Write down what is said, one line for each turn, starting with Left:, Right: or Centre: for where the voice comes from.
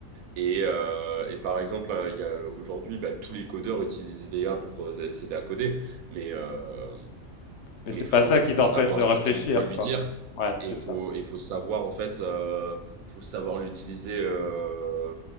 Right: et, euh, et par exemple, euh, il y a aujourd'hui, bah, tous les codeurs utilisent l'IA pour euh, s'aider à coder, mais euh,
Left: Mais
Right: mais
Left: c'est
Right: faut
Left: pas ça qui
Right: faut
Left: t'empêche
Right: savoir
Left: de réfléchir
Right: exactement quoi lui
Left: quoi.
Right: dire
Left: Ouais,
Right: et
Left: c'est
Right: faut
Left: ça.
Right: et faut savoir en fait, euh, faut savoir l'utiliser. Euh,